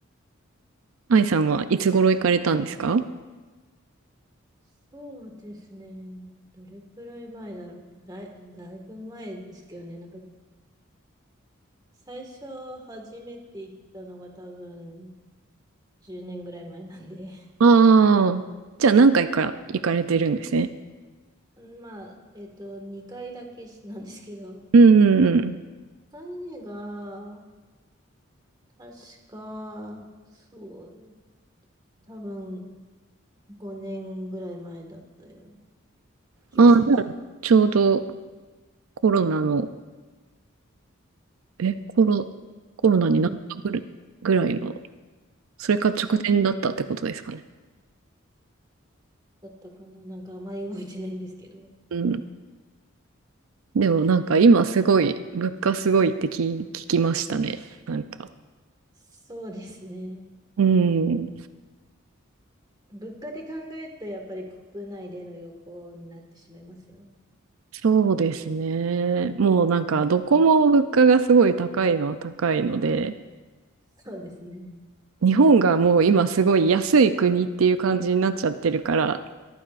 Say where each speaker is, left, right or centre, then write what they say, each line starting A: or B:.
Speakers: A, on the right; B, on the right.
A: 愛さんはいつ頃行かれたんですか
B: そうですね。どれくらい前だろう。だい、だいぶ前ですけどね。なんか最初初めて行ったのが多分10年ぐらい前なんで。
A: ああ、じゃあ何回か行かれてるんですね。
B: <laughs> まあ、えっと、2回だけしなんですけど、
A: うんうんうん。
B: 一回目が、確か、そう、多分5年ぐらい前だったような気がします。
A: ああ、じゃあちょうどコロナの、え、コロ、
B: <laughs>
A: コロナになったぐる、
B: コロナ
A: ぐらいの、それか直前だったってことですかね。
B: だったかななんかあまり覚えてないんですけど。
A: うん。でもなんか今すごい、物価すごいって聞、聞きましたね。なんか。
B: そうですね。
A: うん。
B: 物価で考えるとやっぱり国内での旅行になってしまいますよね。
A: そうですね。もうなんかどこも物価がすごい高いのは高いので、
B: そうですね。
A: 日本がもう今すごい安い国っていう感じになっちゃってるから、